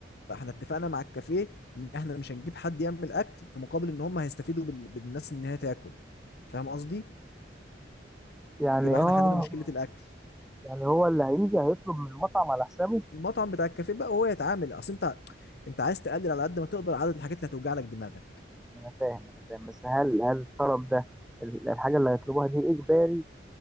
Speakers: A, on the left; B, in the centre.
A: فاحنا اتفقنا مع الكافيه ان احنا مش هنجيب حد يعمل اكل في مقابل ان هم هيستفيدوا بال... بالناس ان هي تاكل فاهم قصدي
B: يعني
A: يبقى
B: اه
A: احنا حلينا مشكلة الاكل
B: يعني هو اللي هيجي هيطلب من المطعم على حسابه
A: المطعم بتاع الكافيه بقى هو يتعامل اصل انت انت عايز تقلل على قد ما تقدر عدد الحاجات اللي هتوجع لك دماغك
B: أنا فاهم أنا فاهم بس هل هل الطلب ده ال- الحاجة اللي هيطلبوها دي إجباري